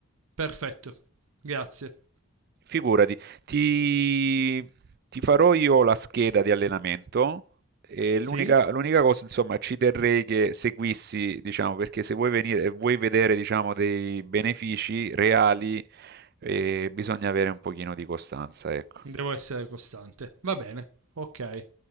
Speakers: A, on the right; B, on the right.
A: Perfetto, grazie.
B: Figurati, ti, ti farò io la scheda di allenamento e l'unica
A: Sì?
B: l'unica cosa, insomma, ci terrei che seguissi, diciamo, perché se vuoi venire, vuoi vedere, diciamo, dei benefici reali, eh, bisogna avere un pochino di costanza, ecco.
A: Devo essere costante. Va bene, ok.